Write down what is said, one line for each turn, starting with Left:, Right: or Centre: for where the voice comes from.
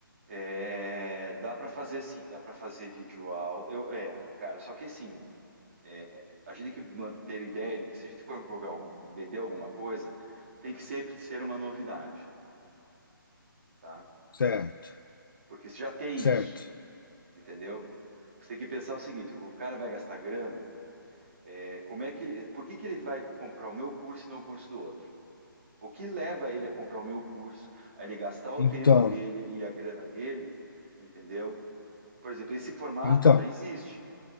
Right: É, dá para fazer sim, dá para fazer vídeo aula. Eu, é, cara, só que assim, é, a gente tem que ter ideia de que se a gente for jogar algum, vender alguma coisa, tem que sempre ser uma novidade, tá?
Left: Certo,
Right: Porque você já tem
Left: certo.
Right: isso, entendeu? Você tem que pensar o seguinte: o cara vai gastar grana, é, como é que, por que que ele vai comprar o meu curso e não o curso do outro? O que leva ele a comprar o meu curso, a ele gastar o
Left: Então,
Right: tempo dele e a grana dele, entendeu? Por exemplo, esse formato
Left: então,
Right: já existe.